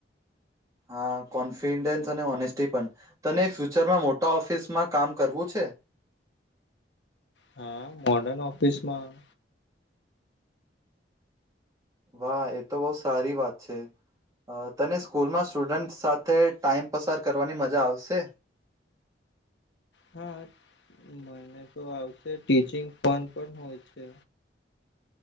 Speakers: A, on the right; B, on the left.
A: હા કોન્ફિડેન્સ અને ઓનેસ્ટી પણ, તને ફ્યુચરમાં મોટા ઓફિસમાં કામ કરવું છે?
B: હા, મોડન ઓફિસ માં.
A: વાહ એ તો બવ સારી વાત છે, તને સ્કૂલમાં સ્ટુડન્ટ સાથે ટાઈમ પસાર કરવાની મજા આવશે?
B: હા, મને તો આવશે ટીચિંગ ફન પણ હોય છે.